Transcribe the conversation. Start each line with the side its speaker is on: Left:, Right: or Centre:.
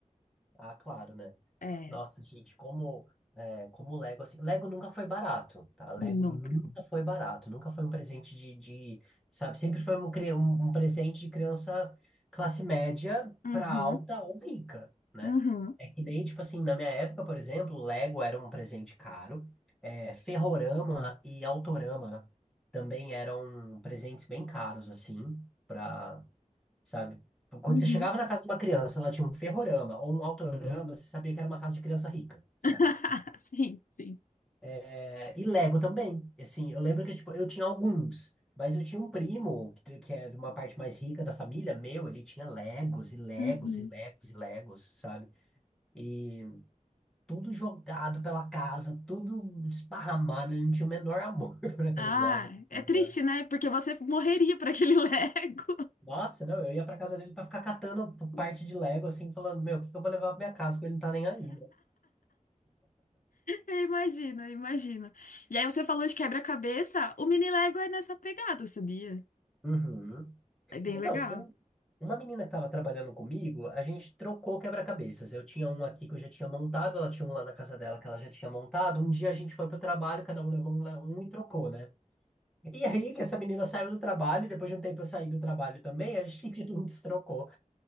Centre: Ah, claro, né?
Left: É,
Centre: Nossa, gente, como é, como Lego, assim, Lego nunca foi barato, tá? Lego
Left: nunca.
Centre: nunca foi barato, nunca foi um presente de, de, sabe, sempre foi um, cri- um um presente de criança classe média
Left: Uhum,
Centre: pra alta ou rica, né?
Left: uhum,
Centre: É que nem, tipo assim, na minha época, por exemplo, Lego era um presente caro, é, Ferrorama e Autorama também eram presentes bem caros, assim, pra sabe? Quando
Left: uhum.
Centre: você chegava na casa de uma criança, ela tinha um ferrorama ou um autorama, você sabia que era uma casa de criança rica, sabe?
Left: <laughs> Sim, sim.
Centre: É, e Lego também. Assim, eu lembro que tipo, eu tinha alguns, mas eu tinha um primo que, que é de uma parte mais rica da família, meu, ele tinha Legos e Legos
Left: Uhum.
Centre: e Legos e Legos, sabe? E tudo jogado pela casa, tudo esparramado, ele não tinha o menor amor <laughs> por aqueles
Left: Ah,
Centre: Legos,
Left: é triste,
Centre: sabe?
Left: né? Porque você morreria por aquele <laughs> Lego.
Centre: Nossa, não, eu ia pra casa dele pra ficar catando parte de Lego, assim, falando, meu, o que que eu vou levar pra minha casa, porque ele não tá nem aí, né?
Left: Eu imagino, eu imagino. E aí você falou de quebra-cabeça, o mini Lego é nessa pegada, sabia?
Centre: Uhum.
Left: É bem
Centre: Então,
Left: legal.
Centre: eu, uma menina que estava trabalhando comigo, a gente trocou quebra-cabeças. Eu tinha um aqui que eu já tinha montado, ela tinha um lá na casa dela que ela já tinha montado. Um dia a gente foi pro trabalho, cada um levou um, le- um e trocou, né? E aí que essa menina saiu do trabalho, depois de um tempo eu saí do trabalho também, a gente <laughs> não destrocou.